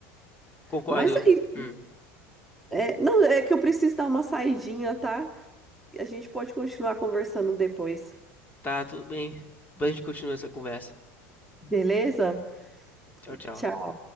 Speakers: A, on the left; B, in the centre.
A: Concordo.
B: Mas é isso.
A: Hum,
B: É, não, é que eu preciso dar uma saidinha, tá? A gente pode continuar conversando depois.
A: tá, tudo bem. Depois a gente continua essa conversa.
B: Beleza?
A: Tchau, tchau.
B: Tchau.